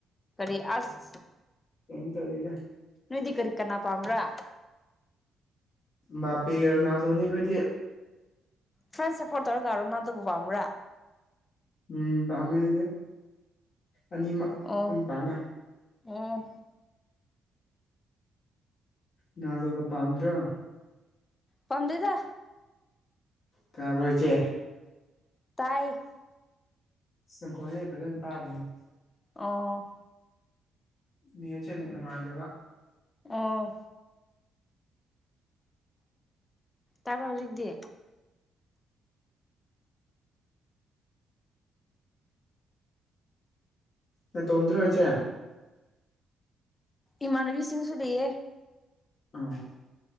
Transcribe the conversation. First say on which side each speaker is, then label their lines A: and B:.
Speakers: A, on the left (about 25°); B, on the left (about 50°).
A: ꯀꯔꯤ ꯑꯁ
B: ꯀꯦꯝ ꯇꯧꯗꯦꯗ
A: ꯅꯣꯏꯗꯤ ꯀꯔꯤ ꯀꯅꯥ ꯄꯥꯝꯕ꯭ꯔꯥ
B: ꯕꯥꯞꯄꯦꯒ ꯔꯣꯅꯥꯜꯗꯣꯅꯦ ꯑꯩꯈꯣꯏꯗꯤ꯫
A: ꯐ꯭ꯔꯥꯟꯁ ꯁ꯭ꯄꯣꯔꯇ ꯇꯧꯔꯒ ꯔꯣꯅꯥꯜꯗꯣꯕꯨ ꯄꯥꯝꯕ꯭ꯔ
B: ꯎꯝ ꯄꯥꯝꯃꯦ ꯑꯩꯗꯤ ꯑꯅꯤꯃꯛ
A: ꯑꯣ
B: ꯑꯗꯨꯝ ꯄꯥꯝꯃꯦ꯫
A: ꯑꯣ
B: ꯔꯣꯅꯥꯜꯗꯣꯒ ꯄꯥꯝꯗ꯭ꯔꯣ
A: ꯄꯥꯝꯗꯦꯗ꯫
B: ꯇꯥꯕ꯭ꯔꯣ ꯏꯆꯦ
A: ꯇꯥꯏ
B: ꯁꯪꯈꯣꯟꯖꯦ ꯐꯖ ꯇꯥꯗꯦꯅꯦ꯫
A: ꯑꯣ
B: ꯅꯦꯠꯁꯦ ꯅꯨꯡꯉꯥꯏꯇꯦꯕ
A: ꯑꯣ ꯇꯥꯔꯕ꯭ꯔꯥ ꯍꯨꯖꯤꯛꯇꯤ
B: ꯅꯇꯣꯝꯗ꯭ꯔꯣ ꯏꯆꯦ
A: ꯏꯃꯥꯟꯅꯕꯤꯁꯤꯡꯁꯨ ꯂꯩꯌꯦ꯫
B: ꯎꯝ